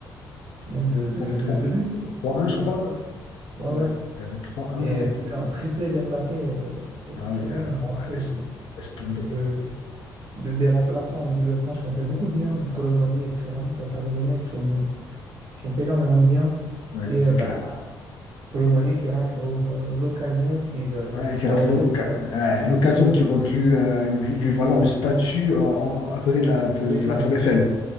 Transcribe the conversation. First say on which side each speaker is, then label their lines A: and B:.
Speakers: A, on the right (about 60°); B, on the left (about 70°).
A: qui mène de, de,
B: Bon,
A: de-
B: bon,
A: deux buts
B: 3-1, je crois.
A: ou trois buts. Ouais,
B: Ouais,
A: ouais.
B: il y avait trois un,
A: Et euh, puis un triplé d'Mbappé euh, exceptionnel,
B: Ah oui, euh,
A: une rentrée
B: ouais, laisse,
A: de,
B: laisse tomber.
A: de, de- des remplaçants en équipe de France qui ont fait beaucoup de bien, donc Colomboigny et Thuram, pour pas les nommer, qui ont, qui ont fait énormément de bien.
B: Ouais,
A: Et
B: c'est
A: euh, bah,
B: clair.
A: Colomoni qui rate l'o- l'occasion qu'il euh,
B: Ouais,
A: qu'il
B: qui rate
A: aurait
B: l'oca- ouais,
A: perdu
B: l'occasion
A: là,
B: qui aurait pu euh, lui, lui valoir une statue en- en- à côté de la, de,
A: de légende.
B: de la tour Eiffel.